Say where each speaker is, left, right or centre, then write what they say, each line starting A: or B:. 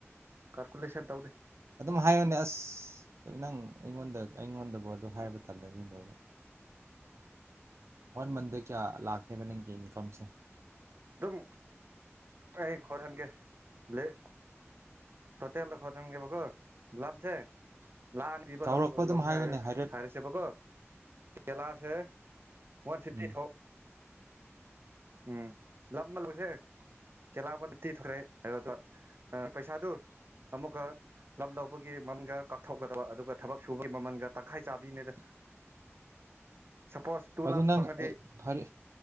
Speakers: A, on the right; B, on the right.
A: ꯀꯥꯜꯀꯨꯂꯦꯁꯟ ꯇꯧꯗꯦ
B: ꯑꯗꯨꯝ ꯍꯥꯏꯌꯅꯦ ꯑꯁ ꯅꯪ ꯑꯩꯉꯣꯟꯗ ꯑꯩꯉꯣꯟꯗꯕꯨ ꯑꯗꯨ ꯍꯥꯏꯕ ꯇꯥꯟꯗꯗꯤ ꯅꯣꯏꯅꯦ ꯋꯥꯟ ꯃꯟꯗ ꯀꯌꯥ ꯂꯥꯛꯀꯦꯕ ꯅꯪꯒꯤ ꯏꯟꯀꯝꯁꯦ
A: ꯑꯗꯨꯝ ꯑꯩ ꯈ ꯊꯦꯟꯒꯦ ꯂꯩ ꯇꯣꯇꯦꯜꯗ ꯈ ꯊꯦꯟꯒꯦꯀꯣ ꯂꯞꯁꯦ ꯂꯥꯟꯅ ꯄꯤꯕ
B: ꯆꯥꯎꯔꯛꯄ ꯑꯗꯨꯝ
A: ꯂꯧꯁꯦ
B: ꯍꯥꯏꯌꯣꯅꯦ
A: ꯍꯥꯏ
B: ꯍꯥꯏꯔꯦꯞ
A: ꯍꯥꯏꯔꯁꯦꯕꯀꯣ ꯀꯦꯂꯁꯦ ꯋꯥꯟ ꯐꯤꯞꯇꯤ
B: ꯎꯝ
A: ꯊꯣ ꯎꯝ ꯂꯝ ꯑꯃ ꯂꯧꯁꯦ ꯆꯦꯂꯥꯕ ꯇꯤ ꯊꯣꯛꯈ꯭ꯔꯦ ꯑꯗꯨꯗ ꯄꯩꯁꯥꯗꯨ ꯑꯃꯨꯛꯀ ꯂꯝ ꯂꯧꯕꯒꯤ ꯃꯃꯜꯒ ꯀꯥꯞꯊꯣꯛꯀꯗꯕ ꯑꯗꯨꯒ ꯊꯕꯛ ꯁꯨꯕꯒꯤ ꯃꯃꯜꯒ ꯇꯪꯈꯥꯏ ꯆꯥꯕꯤꯅꯦꯗ ꯁꯄꯣꯁ ꯇꯨ
B: ꯑꯗꯨ
A: ꯂꯥꯛꯁ
B: ꯅꯪ
A: ꯐꯪꯉꯗꯤ
B: ꯑꯩ ꯐꯔꯦ